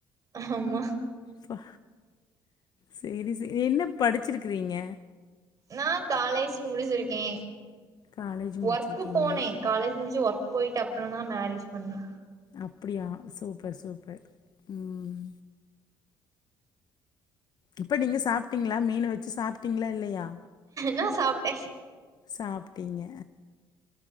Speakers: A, on the right; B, on the left.
A: ஆமா
B: ப்பா சேரி சே என்ன படிச்சிருக்கிறீங்க
A: நா காலேஜ் முடிச்சிருக்கே
B: காலேஜ் முடிச்சிருக்கீங்க
A: ஒர்க் போனே காலேஜ் முடிச்சு ஒர் போயிட்டு அப்புறந்தா மேரேஜ் பண்ணே
B: அப்டியா சூப்பர் சூப்பர் ம் இப்ப நீங்க சாப்ட்டீங்ளா மீன வெச்சு சாப்ட்டீங்ளா இல்லையா
A: நா சாப்ட்டே
B: சாப்பிட்டீங்க